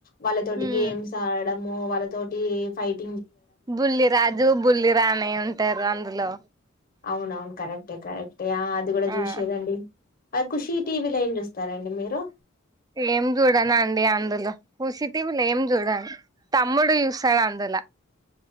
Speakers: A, on the left; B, on the right.
A: వాళ్ళతోటి
B: ఉమ్
A: గేమ్స్ ఆడడం అమ్మో వాళ్ళతోటి ఫైట్
B: బుల్లి రాజు బుల్లి రాణి ఉం టైర్ అందులో
A: అవునువును కరెక్టే కరెక్టే ఆ అది కూడ జుస్సిర్రండి
B: ఆ
A: ఖుషి టీవీ లో ఏం తరండి మీరు
B: ఏం చూడనండి అందులో ఖుషి టీవీ లో ఏం చూడను తమ్ముడు చూస్తడు అందుల